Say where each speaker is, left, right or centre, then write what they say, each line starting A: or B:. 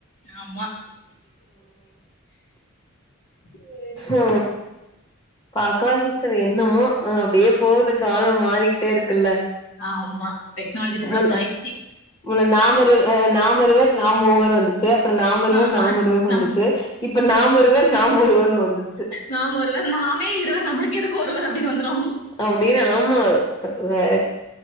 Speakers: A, on the left; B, on the left.
A: ஆமா சேரி சிஸ்டர்
B: ஓ பாக்கலா சிஸ்டர் என்னமோ அ அப்டியே போவுது காலம் மாறிக்ட்டே இருக்குல்ல
A: ஆம்மா டெக்னாலஜி டெவலப்
B: முன்
A: ஆயிரிச்சி
B: முன்ன நாமிருவ நாமிருவர் நாம் மூவர் வர்து ச்செ அப்புறோ நாம இருவர்
A: ஆமா
B: நாம் ஒருவர்
A: நம்ம
B: வந்துச்சு இப்ப நாம் இருவர் நாம் ஒருவர் வந்துருச் ச்சு
A: நாம ஒருவர் நாமே இருவர் நம்மளுக்கு எதுக்கு ஒருவர் அப்டின்னு வந்துரு
B: அப்டின் ஆமாவ் வெ அ வேற